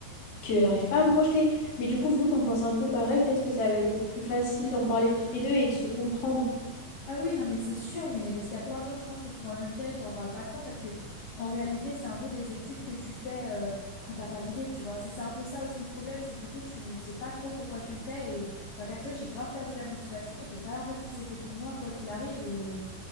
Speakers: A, on the left; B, on the left.
A: que j'arrive pas à me projeter. Mais du coup, vu qu'on pense un peu pareil, peut-être que ça va être plus facile d'en parler tous les deux et de se comprendre.
B: Ah oui, non, mais c'est sûr, mais parce qu'il y a plein de gens, je pense, qui sont dans le même cas et qui en parlent pas trop, parce que en réalité, c'est un peu des études que tu fais euh, quand t'as pas d'idée, tu vois. C'est c'est un peu ça aussi le problème, c'est que du coup, tu sais pas trop pourquoi tu le fais. Et bah, perso, j'ai grave perdu la motivation et j'ai pas l'impression que c'est fait pour moi, quoi qu'il arrive. Et